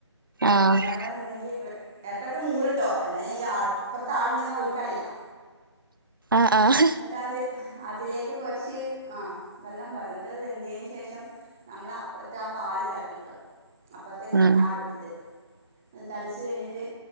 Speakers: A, on the right (about 45°); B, in the centre.
A: ആഹ്
B: വേവണംഎന്നുണ്ടെങ്കിൽ ഇടക്കിടക്ക് മൂളിട്ടോ എല്ലാ ഞ ഈ അപ്പുറത്ത് ആള് ഉണ്ടെന്ന് ഓനക്ക് അറിയില്ല
A: ആഹ് ആഹ്
B: എന്നിട്ട് അത് അതിലേക്ക് കുറച്ച് ആഹ് വെള്ളം കോര് വെന്തതിനു ശേഷം നമ്മള് അപ്പുറത്തെ ആഹ് പാല് തിളപ്പിക്കുക അപ്പുറത്തെ
A: ഉം
B: ആഹ് അടുപ്പിലത്തെ അത് തെളച്ചു കഴിഞ്ഞിട്ട്